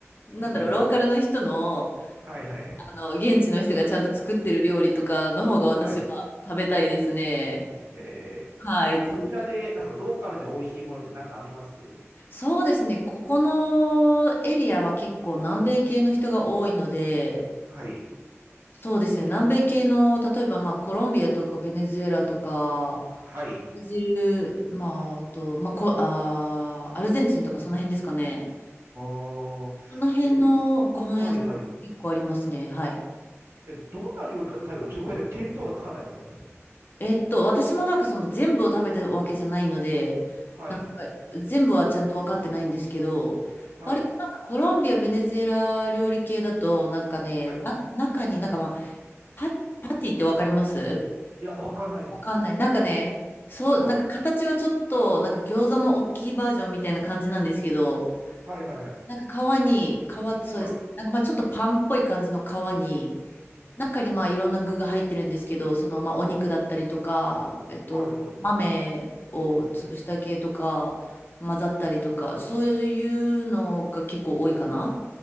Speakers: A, on the left; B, on the right.
A: なんだろう、
B: うん。
A: ローカルの人の、
B: はいはいはい。
A: あの、現地の人がちゃんと作ってる料理とかの方が私は食べたいですね。
B: はい。えー、
A: はい。
B: え、
A: というか
B: そちらで、なんですか、ローカルで美味しいものって何かあります
A: そうですね。ここのエリアは結構南米系の人が多いので、
B: はい。
A: そうですね。南米系の、例えばまあコロンビアとかベネズエラとか、
B: はい。
A: ブラジル、まああと、まあ、こ、あー、アルゼンチンとかその辺ですかね。
B: おー、
A: その辺のご飯屋さん結構ありますね。
B: え、はいはい。
A: はい。
B: え、どんな料理か食べるか、ちょっとごめんなさい、見当がつかないですよ、私。
A: えっと、私もなんかその全部を食べたわけじゃないので、
B: はい、
A: なんか全部はちゃんと分かってないんですけど、
B: はい、
A: 割となんかコロンビア、ベネズエラ料理系だと、なんかね、
B: はい。
A: な、中になんかまあ、パ、パティって分かります
B: いや、わかんないです。
A: わかんない。なんかね、そう、
B: はい、
A: なんか形はちょっと、なんか餃子の大きいバージョンみたいな感じなんですけど、
B: はい、はい、はい。
A: なんか皮に、皮、そうですね。
B: はい。う
A: なんかまあちょっとパンっぽい感じの皮に、
B: ーん、
A: 中にまあいろんな具が入ってるんですけど、そのまあお肉だったりとか、えっと、
B: はい、はい。う
A: 豆を潰した系とか、
B: ーん。
A: 混ざったりとか、そういうのが結構多いかな。
B: うーん